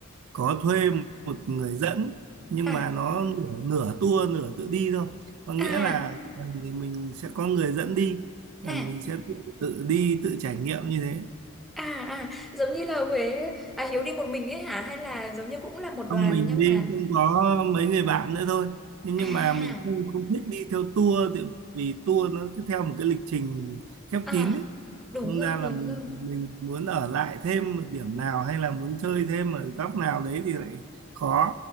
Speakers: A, on the right; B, in the centre.
A: có thuê một người dẫn nhưng
B: À,
A: mà nó nửa, nửa tour nửa tự đi thôi có nghĩa
B: à,
A: là ờ, thì mình sẽ có người dẫn đi còn
B: à,
A: mình sẽ tự, tự đi tự trải nghiệm như thế
B: à, à, giống như là Huế à Hiếu đi một mình ấy hả hay là giống như cũng là một
A: không
B: đoàn
A: mình
B: nhưng
A: đi
B: mà
A: cũng có mấy người bạn nữa thôi thế nhưng
B: à,
A: mà mình không không thích đi theo tour tại vì tour nó cứ theo một cái lịch trình khép
B: à,
A: kín ấy
B: đúng
A: Thành
B: rồi,
A: ra
B: đúng
A: là mình
B: rồi.
A: mình muốn ở lại thêm một điểm nào hay là muốn chơi thêm ở góc nào đấy thì lại khó